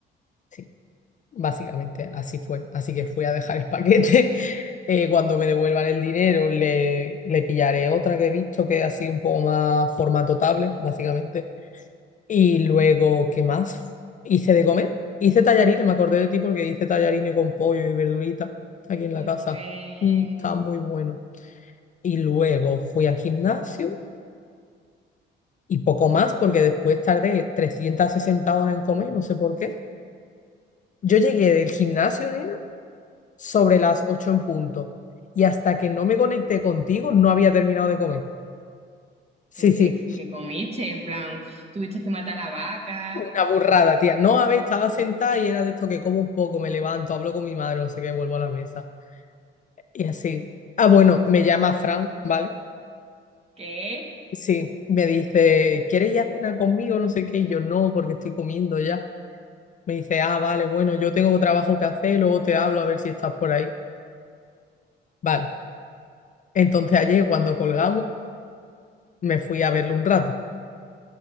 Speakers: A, on the left (about 40°); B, on the right (about 30°).
A: Sí, básicamente así fue. Así que fui a dejar el paquete. <laughs> Eh, cuando me devuelvan el dinero, le, le pillaré otra que he visto que es así un poco más formato tablet, básicamente. Y luego, ¿qué más? Hice de comer. Hice tallarines, me acordé de ti porque hice tallarines con pollo y verdurita aquí en
B: Qué
A: la casa.
B: bueno.
A: Mm, estaba muy bueno. Y luego fui al gimnasio y poco más porque después tardé 360 horas en comer, no sé por qué. Yo llegué del gimnasio, nena, sobre las 8 en punto. Y hasta que no me conecté contigo, no había terminado de comer. Sí,
B: Pero
A: sí,
B: que, que comiste, en plan, tuviste que matar a la vaca,
A: una burrada, tía. No, a ver, estaba sentada y era de esto que como un poco, me levanto, hablo con mi madre, no sé qué, vuelvo a la mesa. Y así. Ah, bueno, me llama Fran, ¿vale?
B: ¿qué?
A: Sí, me dice, ¿quieres ir a cenar conmigo? No sé qué. Y yo no, porque estoy comiendo ya. Me dice, ah, vale, bueno, yo tengo trabajo que hacer, luego te hablo a ver si estás por ahí. Vale. Entonces ayer cuando colgamos, me fui a verlo un rato.